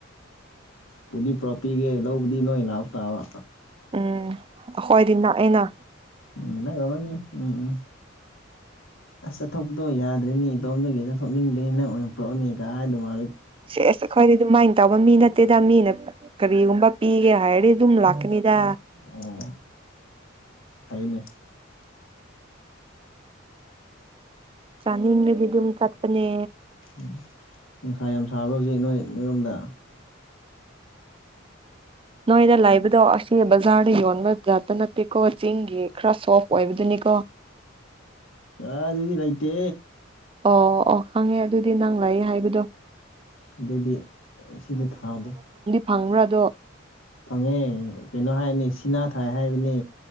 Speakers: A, on the left; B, on the right.
A: ꯄꯨꯅꯤꯄ꯭ꯔꯄ ꯄꯤꯒꯦ ꯂꯧꯕꯗꯤ ꯅꯣꯏ ꯂꯥꯎ ꯇꯥꯕ
B: ꯎꯝ ꯍꯣꯏꯗꯤꯅꯥ ꯑꯩꯅ
A: ꯎꯝ ꯂ ꯀꯕꯅꯤ ꯎꯝ ꯎꯝ ꯑꯁ ꯆꯠꯊꯣꯛꯄꯗꯣ ꯌꯥꯗ꯭ꯔꯦꯅꯤ ꯏꯇꯣꯝꯗꯒꯤ ꯆꯠꯊꯣꯛꯅꯤꯡꯗ꯭ꯔꯦ ꯅꯪ ꯑꯣꯏꯅ ꯄꯨꯔꯛꯑꯣꯅꯦ ꯀꯥꯏ ꯑꯗꯨꯃ
B: ꯁꯦꯁ ꯑꯩꯈꯣꯏ ꯑꯗꯨꯃꯥꯏ ꯇꯧꯕ ꯃꯤ ꯅꯠ ꯅꯠꯇꯦꯗ ꯃꯤꯅ ꯀꯔꯤꯒꯨꯝꯕ ꯄꯤꯒ ꯍꯥꯏꯗꯨꯝ ꯂꯛꯅꯤꯗꯥ
A: ꯑꯣ ꯐꯩꯅꯦ
B: ꯆꯥꯅꯤꯡꯅꯒꯤ ꯗꯨꯝ ꯆꯠꯄꯅꯦ
A: ꯎꯝ ꯅꯨꯡꯁꯥ ꯌꯥꯝ ꯁꯥꯕ꯭ꯔꯥ ꯍꯧꯖꯤꯛ ꯅꯣꯏ ꯅꯣꯏꯔꯣꯝꯗ
B: ꯅꯣꯏꯗ ꯂꯥꯛꯕꯗꯣ ꯑꯁꯤ ꯕꯖꯥꯔꯗ ꯌꯣꯟꯕꯖꯇ ꯅꯠꯇꯦꯀꯣ ꯆꯤꯡꯒꯤ ꯈꯔ ꯁꯣꯐ ꯑꯣꯏꯕꯗꯨꯅꯤꯀꯣ
A: ꯑ ꯑꯗꯨꯗꯤ ꯂꯩ ꯂꯩꯇꯦ
B: ꯑꯣ ꯑꯣ ꯈꯪꯉꯦ ꯑꯗꯨꯗꯤ ꯅꯪ ꯂꯥꯛꯏ ꯍꯥꯏꯕꯗꯣ
A: ꯑꯗꯨꯗꯤꯁꯦ ꯊꯥꯗꯦ
B: ꯐꯪꯕ꯭ꯔꯥꯗꯣ
A: ꯊꯉꯦ ꯄꯅꯣꯍꯥꯏ ꯑꯅꯤꯁꯤ ꯄꯅꯥ ꯊꯥꯏ ꯍꯥꯏꯕꯅꯦ